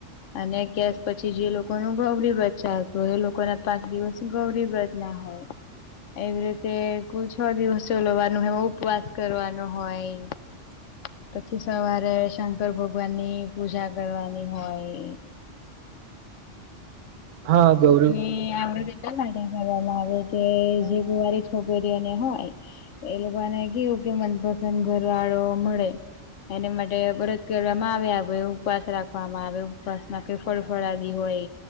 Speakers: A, on the left; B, on the right.
A: અને અગિયારસ પછી જે લોકો નું ગૌરી વ્રત ચાલતું હોય એ લોકો ના પાંચ દિવસ ગૌરી વ્રત ના હોય. એવી રીતે કુલ છ દિવસ ચલવવાનું હોય ઉપવાસ કરવાનો હોય.
B: <inaudible>
A: પછી સવારે શંકર ભગવાનની પૂજા કરવાની હોય.
B: હા <unintelligible>
A: અને આ બધું એટલા માટે કરવામાં આવે કે જે કુવારી છોકરીઓને હોય એ લોકો ને કેવું કે મનપસંદ ઘરવાળો મળે. એને માટે વ્રત કરવામાં આવે ઉપવાસ રાખવામાં આવે ઉપવાસમાં કઈ ફળ ફળાદી હોય